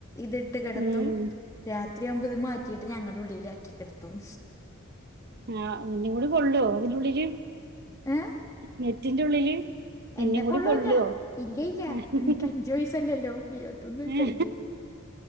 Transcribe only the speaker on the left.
ഇത് ഇട്ട് കിടത്തും
രാത്രിയാകുമ്പോ ഇത് മാറ്റ റ്റീട്ട് ഞങ്ങടെ ഉള്ളിലാക്കി കിടുത്തും
ഏഹ്
എന്നെ
കൊള്ളൂല
ഇല്ല ഇല്ല
എനിക്ക് അഞ്ചു വയസ്സല്ലല്ലോ ഇരുപത്തൊന്ന് വയസ്സായില്ലേ